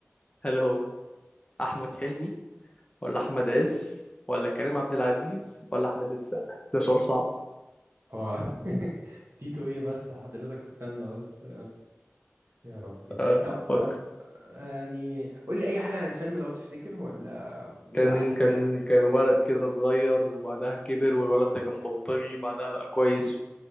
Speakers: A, on the left; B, on the right.
A: هل هو أحمد حلمي ولا أحمد عز ولا كريم عبد العزيز ولا أحمد السقا؟ ده سؤال صعب
B: هو <laughs> تيتو ايه بس حضرتك استنى بس يا ربي
A: آه.
B: طب
A: فكر
B: طب يعني قول لي اي حاجة عن الفيلم لو تفتكر ولا مش
A: كان
B: عايز تسهل
A: كان كان ولد كده صغير وبعدها كبر والولد ده كان بلطجي وبعدها بقى كويس